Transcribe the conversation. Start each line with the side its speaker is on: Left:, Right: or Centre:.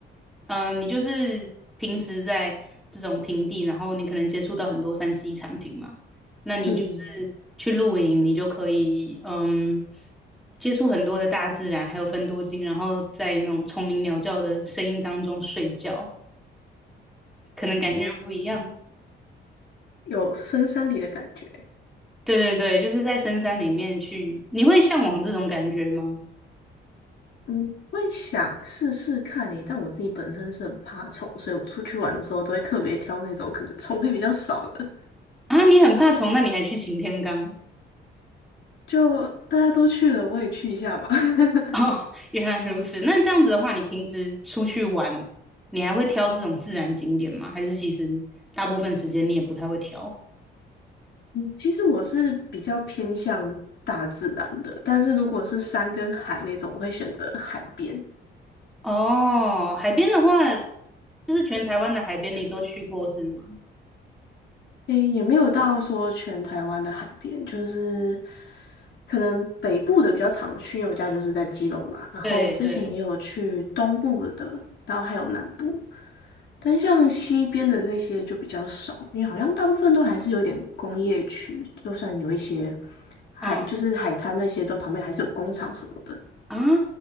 Centre: 嗯、你就是平时在这种平地，然后你可能接触到很多三 C 产品嘛，那你就是去露营，
Left: 嗯，
Centre: 你就可以嗯接触很多的大自然，还有分多金，然后在那种虫鸣鸟叫的声音当中睡觉，可能感觉不一样。
Left: 哦，有深山里的感觉。
Centre: 对对对，就是在深山里面去，你会向往这种感觉吗？
Left: 嗯，会想试试看你，但我自己本身是很怕虫，所以我出去玩的时候都会特别挑那种可能虫会比较少的。
Centre: 啊，你很怕虫，那你还去擎天岗？
Left: 就大家都去了，我也去一下吧。<laughs>
Centre: <laughs> 哦，原来如此。那这样子的话，你平时出去玩，你还会挑这种自然景点吗？还是其实大部分时间你也不太会挑？
Left: 嗯，其实我是比较偏向大自然的，但是如果是山跟海那种，我会选择海边。
Centre: 哦，海边的话，就是全台湾的海边你都去过是吗？
Left: 诶，也没有到说全台湾的海边，就是可能北部的比较常去，因为我家就是在基隆嘛。然后之前也有去东部的，
Centre: 对对，
Left: 然后还有南部，但像西边的那些就比较少，因为好像大部分都还是有点工业区，就算有一些海，
Centre: 嗯
Left: 就是海滩那些，都旁边还是有工厂什么的。
Centre: 啊，